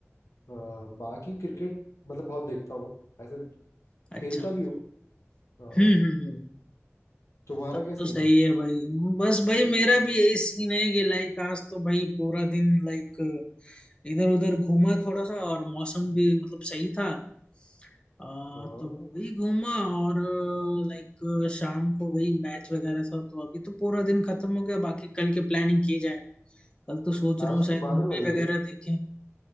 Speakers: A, on the left (about 85°); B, on the left (about 20°).
A: अ, बाकी क्रिकेट मतलब बहुत देखता हूँ ऐसे
B: अच्छा
A: खेलता
B: अच्छा
A: भी हूँ अ,
B: हम्म हम्म हम्म
A: तुम्हारा
B: तब
A: क्या
B: तो
A: सीन
B: सही
A: है
B: है भाई बस भाई मेरा भी यही सीन है कि लाइक आज तो भाई पूरा दिन लाइक इधर उधर घूमा थोड़ा सा और मौसम भी मतलब सही था आ,
A: हाँ
B: तो वही घूमा और लाइक शाम को वही मैच वगैरह था तो अभी तो पूरा दिन खत्म हो गया बाकी कल की प्लानिंग की जाए कल तो सोच
A: आज
B: रहा हूँ
A: तो
B: शायद
A: बादल
B: मूवी
A: लगे हुए
B: वगैरह
A: थे।
B: देखें